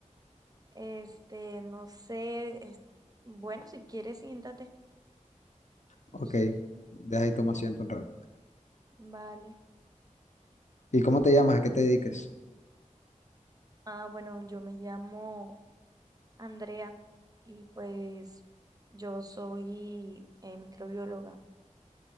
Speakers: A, on the right; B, on the left.
A: Este, no sé. es- Bueno, si quieres, siéntate.
B: Ok,
A: No sé.
B: deja y toma asiento un rato.
A: Vale.
B: ¿Y cómo te llamas? ¿A qué te dedicas?
A: Ah, bueno, yo me llamo Andrea y pues yo soy eh, microbióloga.